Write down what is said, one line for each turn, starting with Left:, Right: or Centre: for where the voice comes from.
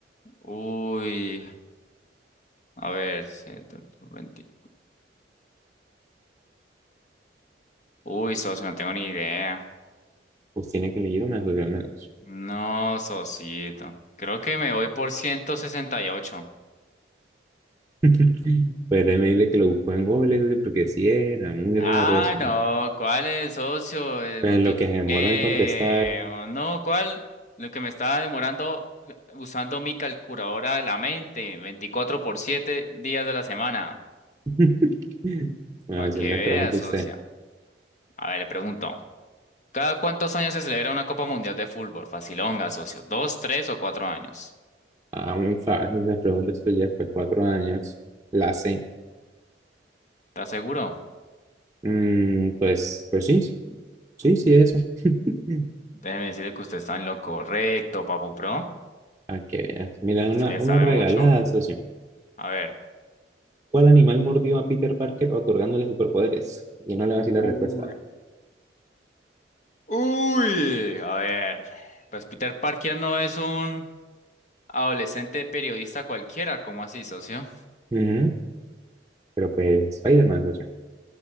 Left: Uy, a ver, 120. Uy, socio, no tengo ni idea.
Right: Pues tiene que leer una, socio, al menos.
Left: No, socito. Creo que me voy por 168.
Right: <laughs> Pues déjeme decirle que lo buscó en Google, socio, porque sí era muy
Left: Ah,
Right: raro eso,
Left: no,
Right: ¿no?
Left: ¿cuál es, socio? Eh,
Right: Pues
Left: multipliqué.
Right: en lo que se demoró en contestar.
Left: o No, ¿cuál? Lo que me estaba demorando usando mi calculadora de la mente, 24 por 7 días de la semana.
Right: <laughs> Bueno,
Left: Para que
Right: si entonces
Left: veas,
Right: pregunta
Left: socia.
Right: usted.
Left: A ver, le pregunto. ¿Cada cuántos años se celebra una Copa Mundial de Fútbol? Facilonga, socio. ¿Dos, tres o cuatro años?
Right: Ah, muy fácil, las preguntas que ya después de cuatro años la sé.
Left: ¿Estás seguro?
Right: Mm, pues, pues sí, sí, sí, eso. <laughs>
Left: Déjeme decirle que usted está en lo correcto, Papu Pro.
Right: A que veas. Mira,
Left: Usted
Right: una,
Left: le
Right: una
Left: sabe
Right: regalada,
Left: mucho.
Right: socio.
Left: A ver.
Right: ¿Cuál animal mordió a Peter Parker otorgándole superpoderes? Y no le va a decir
Left: Uy.
Right: la respuesta.
Left: Uy, a ver, pues Peter Parker no es un adolescente periodista cualquiera, ¿cómo así, socio?
Right: Ujú. Pero pues, Spider-Man, socio.